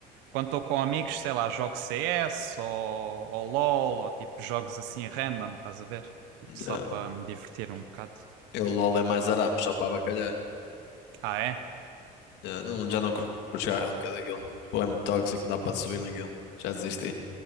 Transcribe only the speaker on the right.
quando estou com amigos, sei lá, jogo CS ou, ou LOL ou tipo jogos assim random, estás a ver? Tipo
só para me divertir um bocado.
Ah, é?